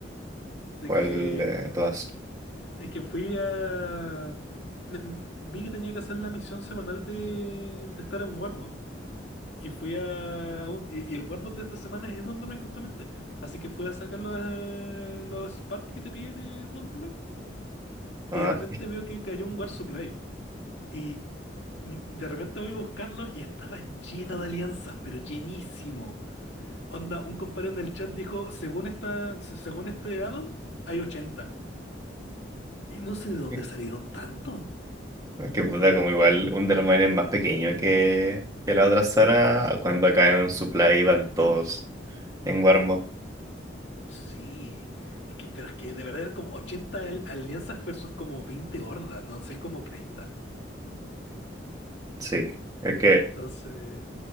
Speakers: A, on the left; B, on the right.
A: de
B: ¿Cuál
A: que
B: de todas?
A: es que fui a... me- me- Vi que tenía que hacer la misión semanal de, de estar en Warmod. Y fui a... a un- Y, y el Warmod de esta semana es en Wonderman justamente. Así que fui a sacar los, eh, los Spark que te piden en Wonderman. Y
B: Ah.
A: de repente veo que cayó un War Supply. Y mm, de repente voy a buscarlo y estaba lleno de alianzas, pero llenísimo. Onda, un compadre en el chat dijo, según esta, se- según este addon, hay ochenta Y no sé de dónde
B: <laughs>
A: salieron tanto.
B: Es Que puta, como igual Undermine es más pequeño que, que la otra zona. Cuando caen en supply van todos en Warmod.
A: Sí, es que, pero es que de verdad eran como 80 al- alianzas versus como 20 hordas, no sé cómo cresta.
B: Sí. Es que.
A: Entonces...